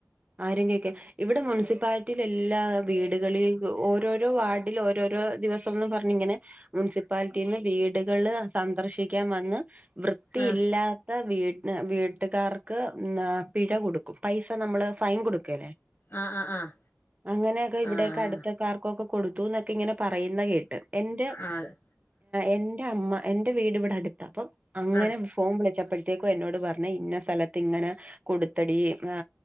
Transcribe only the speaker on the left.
ആഹ്
ആഹ് ആഹ്
ആഹ്
ആഹ് ആഹ്
ആഹ്